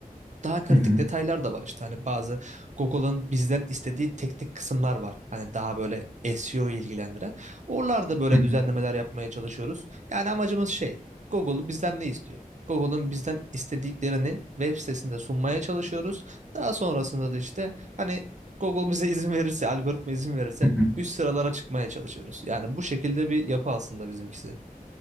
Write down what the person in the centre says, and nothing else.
hı hı,
hı hı,
hı hı.